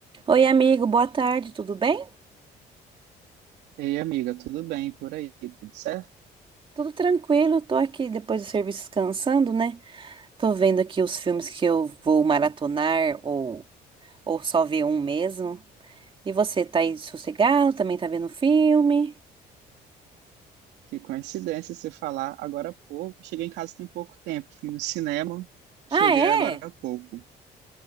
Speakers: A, on the right; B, on the right.
A: Oi, amigo, boa tarde, tudo bem?
B: Ei, amiga, tudo bem por aí? Tudo certo?
A: Tudo tranquilo, tô aqui depois do serviço descansando, né? Tô vendo aqui os filmes que eu vou maratonar ou, ou só ver um mesmo. E você, tá aí sossegado? Também tá vendo filme?
B: Que coincidência você falar agora há pouco. Cheguei em casa tem pouco tempo, fui no cinema, cheguei
A: Ah, é?
B: agora há pouco.